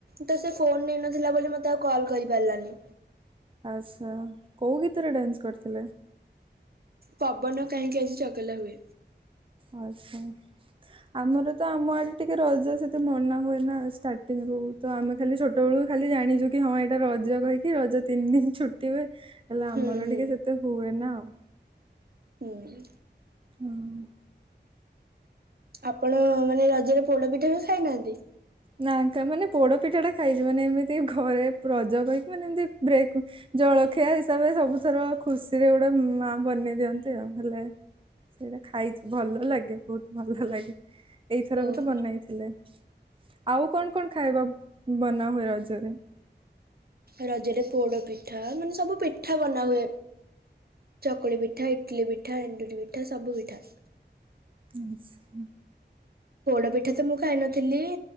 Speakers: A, on the right (about 55°); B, on the right (about 30°).
A: ତ ସେ ଫୋନ ନେଇନଥିଲା ବୋଲି ମତେ ଆଉ କଲ୍ କରି ପାରିଲାନି।
B: ଆଚ୍ଛା, କୋଉ ଗୀତରେ ଡ୍ୟାନ୍ସ କରିଥିଲେ?
A: ପବନ କାହିଁକି ଆଜି ଚଗଲା ହୁଏ।
B: ଆଚ୍ଛା। ଆମର ତ ଆମ ଆଡ଼େ ଟିକେ ରଜା ସେତେ ମନା ହୁଏ ନା ଷ୍ଟାର୍ଟିଂ ରୁ। ତ ଆମେ ଖାଲି ଛୋଟବେଳୁକୁ ଖାଲି ଜାଣିଛୁ କି ହଁ ଏଇଟା ରଜ କହିକି ରଜ ତିନି ଦିନ ଛୁଟି ହୁଏ। ହେଲେ ଆମର
A: ହୁଁ ହୁଁ
B: ଟିକେ ସେତେ ହୁଏ ନା ଆଉ।
A: ହୁଁ।
B: ହଁ।
A: ଆପଣ ମାନେ ରଜରେ ପୋଡ଼ ପିଠା ବି ଖାଇନାହାନ୍ତି?
B: ନା କା ମାନେ ପୋଡ଼ ପିଠା ଟା ଖାଇଛି। ମାନେ ଏମିତି ଘରେ ରଜ କହିକି ମାନେ ଏମିତି ବ୍ରେକ ଜଳଖିଆ ହିସାବରେ ସବୁଥର ଖୁସିରେ ଗୋଟେ ମା ବନେଇ ଦିଅନ୍ତି ଆଉ ହେଲେ ସେଇଟା ଖାଇଛି। ଭଲ ଲାଗେ ବହୁତ ଭଲ ଲାଗେ। ଏଇଥର
A: ଓହୋ
B: ବି ତ ବନେଇଥିଲେ। ଆଉ କଣ କଣ ଖାଇବା ବନା ହୁଏ ରଜରେ?
A: ରଜରେ ପୋଡ଼ ପିଠା ମାନେ ସବୁ ପିଠା ବନାହୁଏ। ଚକୁଳି ପିଠା, ଇଟଲି ପିଠା, ଏଣ୍ଡୁରି ପିଠା ସବୁ ପିଠା।
B: ଆଚ୍ଛା।
A: ପୋଡ଼ ପିଠା ତ ମୁଁ ଖାଇନଥିଲି,